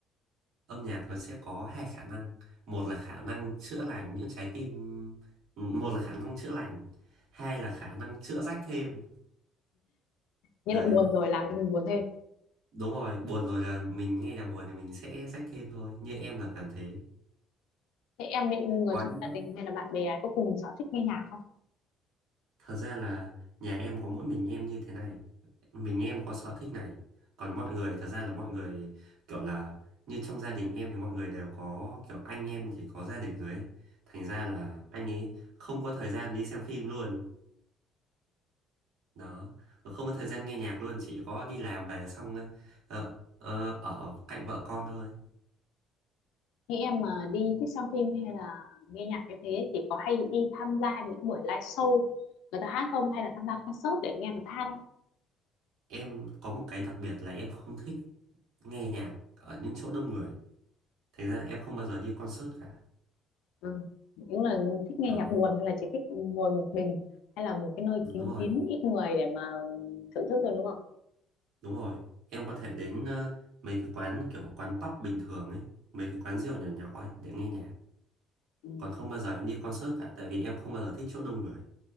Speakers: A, on the right (about 65°); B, on the left (about 80°).
A: âm nhạc nó sẽ có hai khả năng một là khả năng chữa lành những trái tim một là khả năng chữa lành hai là khả năng chữa rách thêm
B: như
A: đấy
B: là buồn rồi làm cho mình buồn thêm
A: đúng rồi buồn rồi là mình nghe nhạc buồn thì mình sẽ rách thêm thôi như em là cảm thế
B: thế em với người
A: có
B: trong
A: những
B: gia
A: lúc
B: đình hay là bạn bè có cùng sở thích nghe nhạc không
A: thật ra là nhà em có mỗi mình em như thế này mình em có sở thích này còn mọi người thật ra là mọi người kiểu là như trong gia đình em thì mọi người đều có kiểu anh em thì có gia đình rồi ấy thành ra là anh ấy không có thời gian đi xem phim luôn đó Mà không có thời gian nghe nhạc luôn chỉ có đi làm về xong ờ, ờ, ở cạnh vợ con thôi
B: Nghĩ em mà đi thích xem phim hay là nghe nhạc cái thế thì có hay đi tham gia những buổi live show người ta hát không hay là tham gia concert để nghe người ta hát không?
A: em có một cái đặc biệt là em không thích nghe nhạc ở những chỗ đông người thành ra là em không bao giờ đi concert cả
B: Ừ. Những là thích nghe
A: đó
B: nhạc buồn nên là chỉ thích ngồi một mình hay là một cái nơi
A: đúng
B: kín
A: rồi
B: kín ít người để mà thưởng thức rồi đúng không?
A: đúng rồi em có thể đến ờ, mấy cái quán kiểu quán pub bình thường ấy mấy cái quán rượu nhỏ nhỏ ấy để nghe nhạc
B: Ừ.
A: còn không bao giờ em đi concert cả tại vì em không bao giờ thích chỗ đông người